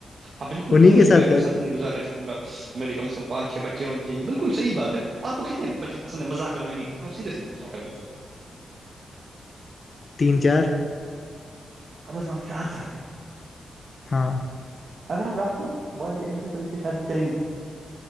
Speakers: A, on the right; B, on the left.
A: ہاں بالکل
B: انہیں
A: کیوں نہیں میں
B: ساتھ
A: ان
B: کر
A: کے
B: لو،
A: سادھن گزارنا چاہوں گا میے کمز کمان چھ بچے ہونے چاہیے بالکل صح بات ہے آپ کو کتنے بچے پسند مذاکق میں نہیں پوچتا سیریسلی پچھا پےن سر
B: تین چار <unintelligible>
A: کم از کم آپ چار چاہتے ہیں <unintelligible>
B: ہاں <unintelligible>
A: اگر آپ ڈاکٹر والی ایم بی پی ع سے شادی کریں گے